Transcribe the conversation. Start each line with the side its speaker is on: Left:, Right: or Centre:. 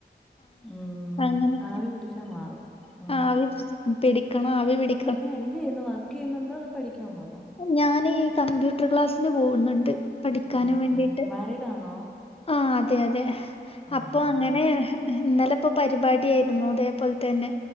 Centre: ആഹ്
Left: അങ്ങനെ
Centre: ആവി പിടിച്ചാ മാറും ആ
Left: ആവി പിടിക്കണം ആവി പിടി
Centre: പിന്നെ എന്ത് ചെയ്യുന്നു വർക്കയ് ന്നുണ്ടോ അതൊ പഠിക്കാൻ പോക്ന്നോ
Left: ഞാനീ കമ്പ്യൂട്ട്ർ ക്ലാസ്സിന് പോവ്ന്നുണ്ട് പഠിക്കാനും
Centre: ആഹ്
Left: വേണ്ടിയിട്ട്
Centre: മാരീഡാണോ
Left: ആ അതെ അതെ
Centre: ആഹ്
Left: അപ്പൊ
Centre: ആഹ്
Left: അങ്ങനെ ഇന്നലെപ്പോ പരിപാടി ആയിരുന്നു തേപോലെതന്നെ